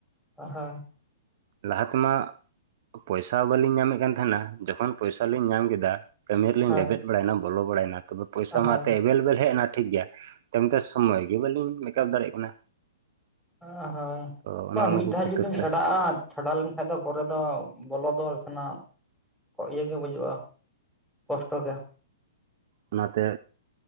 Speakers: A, in the centre; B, on the right.
A: ᱟᱼᱦᱟᱸ
B: ᱞᱟᱦᱟ ᱛᱮᱢᱟᱜ ᱯᱚᱭᱥᱟ ᱵᱟᱞᱤᱧ ᱧᱟᱢᱮᱫ ᱠᱟᱱ ᱛᱟᱦᱮᱱᱟ ᱡᱚᱠᱷᱚᱱ ᱯᱚᱭᱥᱟ ᱞᱤᱧ ᱧᱟᱢ ᱠᱮᱫᱟ ᱠᱟᱹᱢᱤ ᱨᱮᱞᱤᱧ
A: ᱦᱳᱭ
B: ᱞᱮᱵᱮᱫ ᱵᱟᱲᱟᱭᱱᱟ ᱵᱚᱞᱚ ᱵᱟᱲᱟᱭᱱᱟ ᱛᱚᱵᱮ ᱯᱚᱭᱥᱟ
A: ᱦᱳᱭ
B: ᱢᱟ ᱛᱮ ᱮᱵᱮᱞᱼᱮᱵᱮᱞ ᱦᱮᱡ ᱮᱱᱟ ᱴᱷᱤᱠ ᱜᱮᱭᱟ ᱛᱤᱱᱴᱟ ᱥᱚᱢᱚᱭ ᱜᱮ ᱵᱟᱹᱞᱤᱧ ᱢᱮᱠᱟᱯ ᱫᱟᱲᱮᱭᱟᱜ ᱠᱟᱱᱟ᱾
A: ᱚ ᱦᱳᱭ
B: ᱛᱚ ᱚᱱᱮ
A: ᱵᱟᱝ
B: ᱚᱱᱟ
A: ᱢᱤᱫ
B: ᱠᱚ
A: ᱫᱷᱟᱣ
B: ᱠᱷᱟᱹᱛᱤᱨ
A: ᱡᱩᱫᱤᱢ
B: ᱛᱮ
A: ᱪᱷᱟᱰᱟᱜ ᱟ ᱪᱷᱟᱰᱟ ᱞᱮᱱᱠᱷᱟᱡ ᱫᱚ ᱯᱚᱨᱮ ᱫᱚ ᱵᱚᱞᱚ ᱫᱚ ᱥᱮᱱᱟᱜ ᱤᱭᱟᱹ ᱜᱮ ᱵᱩᱡᱩᱜᱼᱟ ᱠᱚᱥᱴᱚ ᱜᱮ
B: ᱚᱱᱟᱛᱮ